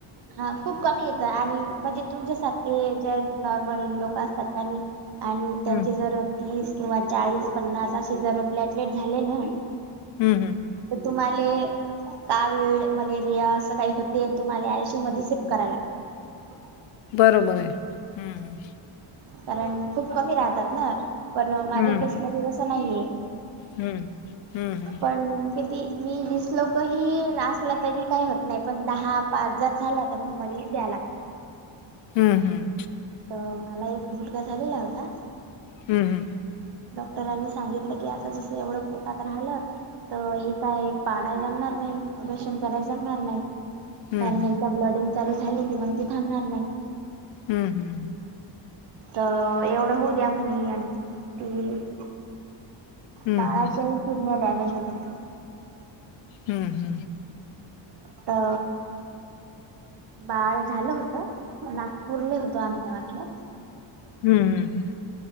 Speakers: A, on the right; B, on the left.
A: हां खूंप कमी येतं आणि म्हणजे तुमच्यांसारखे ज्यां नॉर्मल लोकं असतांत त्यांनी आणि त्यांचे
B: हं,
A: जरं तीस किंवा चाळीस पन्नास असे जरं प्लॅटलेट झाले नां
B: हम्मं हम्मं
A: तरं तुम्हांला कावीळ मलेरिया असं कांहीं होते तुम्हांला आयषी मध्यें सिप करांय लागते.
B: बरोबर आहे.. हम्मं..
A: कारणं खूंप कमी राहतांत नां पणं माझ्या
B: हं,
A: केसंमध्यें
B: हं,
A: तसं नाहीये.
B: हं, हं, हं.
A: पणं किती? मी वीस लोकंही असलां तरी कांहीं होतं नाहीं पणं दहा पांच जरं झालां तरं मंग मले द्यां लागतं
B: हम्मं हम्मं
A: तरं मलां एक मुलंगा झालेला होतां
B: हम्मं हम्मं
A: डॉक्टरांनी सांगितलं की आंता जसं एवढं पोटांत राहिलं तरं हे कायं पाडांय जमणांर नाहीं दर्षण करांयला जमणांर नाहीं
B: हं,
A: कारणं
B: हं.
A: एकदाचं ब्लडिंग चालूं झाली की मंग ती थांबणांर नाहीं
B: हम्मं हम्मं
A: तरं एवढं होऊं द्यां म्हंणे आणि मंग ती
B: हं,
A: बाळांच्याही
B: हं.
A: शिडन डॅमेज होत्यां
B: हम्, हम.
A: आता बाळ झालं होतं. नागपूरले होतो आम्ही त्यावक्तला
B: हम्, हम्म.